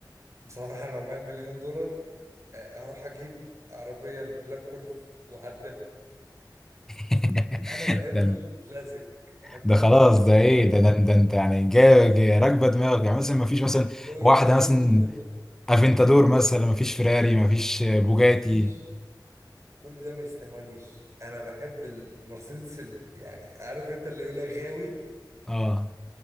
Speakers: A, on the right; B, in the centre.
A: بصراحة لو معايا المليون دولار آه اروح اجيب عربية البلاك وولف واعدلها
B: <laughs>
A: انا بحب
B: ده
A: الكلاسيك بحب
B: ده
A: العربيات
B: خلاص
A: الكلاسيك
B: ده ايه
A: جدا
B: ده ده, ده انت يعني جا- جا- راكبه دماغك يعني مثلا ما فيش مثلا
A: لويال
B: واحده
A: جدا
B: مثلا
A: لما
B: افنتادور مثلا ما فيش فيراري ما فيش بوجاتي
A: مفيش كل ده ما يستهونيش انا بحب المرسيدس ال... يعني عارف انت اللي يقول لك غاوي
B: اه